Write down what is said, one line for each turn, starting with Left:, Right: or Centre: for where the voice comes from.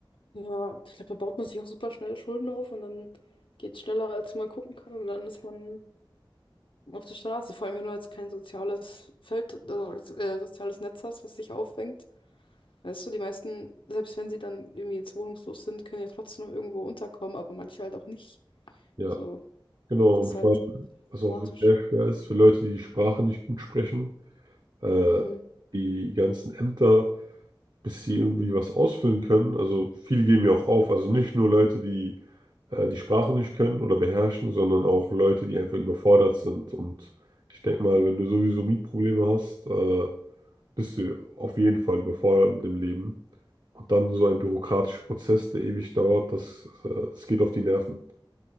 Left: ja, ich glaube, da baut man sich auch super schnell Schulden auf und dann geht es schneller, als man gucken kann und dann ist man auf der Straße, vor allem wenn du jetzt kein soziales Feld, also, äh, soziales Netz hast, was dich auffängt. Weißt du, die meisten, selbst wenn sie dann irgendwie jetzt wohnungslos sind, können ja trotzdem noch irgendwo unterkommen, aber manche halt auch nicht.
Right: Ja,
Left: So,
Right: genau
Left: das
Right: und
Left: ist halt
Right: vor allem, was auch
Left: dramatisch.
Right: sehr schwer ist für Leute, die die Sprache nicht gut sprechen, äh,
Left: Mhm.
Right: die ganzen Ämter. bis sie irgendwie was ausfüllen können. Also viele geben ja auch auf. Also nicht nur Leute, die äh, die Sprache nicht können oder beherrschen, sondern auch Leute, die einfach überfordert sind. Und ich denke mal, wenn du sowieso Mietprobleme hast, äh, bist du auf jeden Fall überfordert mit dem Leben. Und dann so ein bürokratischer Prozess, der ewig dauert, das, äh, das geht auf die Nerven.